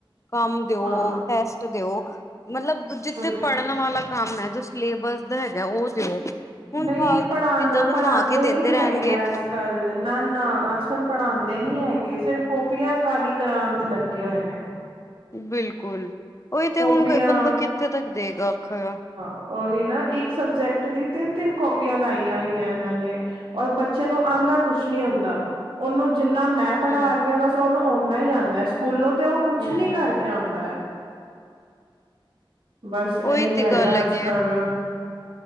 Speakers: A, on the left (about 35°); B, on the right (about 75°).
A: ਕੰਮ ਦਿਓ
B: ਹਾਂ
A: ਟੈਸਟ ਦਿਓ ਮਤਲਬ ਜਿੱਥੇ
B: ਬਿਲਕੁਲ
A: ਪੜ੍ਹਨ ਵਾਲਾ ਕੰਮ ਹੈ ਜੋ ਸਿਲੇਬਸ ਦਾ ਹੈਗਾ ਉਹ ਦਿਓ ਹੁਣ
B: ਨਹੀਂ
A: ਫਾਲਤੂ
B: ਪੜ੍ਹਾਉਣਾ
A: ਦੀ ਚੀਜ਼ਾਂ ਬਣਵਾ
B: ਪੜ੍ਹਾਉਂਦੇ
A: ਕੇ
B: ਨਹੀਂੀ
A: ਦਿੰਦੇ
B: ਹੈਗੇ
A: ਰਹਿਣਗੇ
B: ਅੱਜ ਕੱਲ ਨਾ ਨਾ ਅੱਜ ਕੱਲ ਪੜ੍ਹਾਉਂਦੇ ਨੀ ਹੈਗੇ ਸਿਰਫ ਕੋਪੀਆਂ ਕਾਲੀ ਕ੍ਰਾਂਤ ਲੱਗੇ ਹੋਏ ਨੇ
A: ਬਿਲਕੁਲ ਉਹੀ ਤੇ
B: ਕਾਪੀਆਂ
A: ਹੁਣ ਬੰਦਾ ਕਿੱਥੇ ਤੱਕ ਦੇਗਾ ਆਖਾ
B: ਉਓਹੀ ਨਾ ਇੱਕ ਸਬਜੈਕਟ ਦੀ ਤਿੰਨ ਤਿੰਨ ਕਾਪੀਆਂ ਲਾਈਆਂ ਹੋਈਆਂ ਇਹਨਾਂ ਨੇ ਔਰ ਬੱਚੇ ਨੂੰ ਆਉਂਦਾ ਕੁਛ ਨੀ ਹੁੰਦਾ ਉਹਨੂੰ ਜਿੰਨਾ ਮੈਂ ਪੜ੍ਹਾ
A: ਹੂੰ
B: ਰਹੀ ਹਾਂ ਬਸ ਉਹਨੂੰ ਓਨਾ ਹੀ ਆਉਂਦਾ ਸਕੂਲੋਂ ਤੇ ਉਹ ਕੁਛ
A: ਹੂੰ
B: ਨੀ ਕਰਕੇ ਆਉਂਦਾ ਬਸ ਇਹੀ
A: ਉਹੀ ਤੇ
B: ਹੈਗਾ
A: ਗੱਲ ਹੈਗੀ
B: ਅੱਜ
A: ਏ।
B: ਕੱਲ